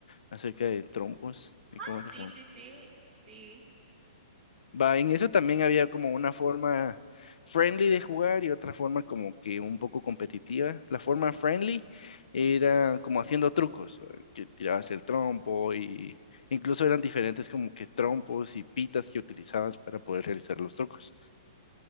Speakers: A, on the left; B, in the centre.
A: acerca de trompos y
B: Ah,
A: cómo se
B: sí, sí, sí, sí.
A: Va, en eso también había como una forma friendly de jugar y otra forma como que un poco competitiva. La forma friendly era como haciendo trucos, ¿va? que tirabas el trompo y incluso eran diferentes como que trompos y pitas que utilizabas para poder realizar los trucos.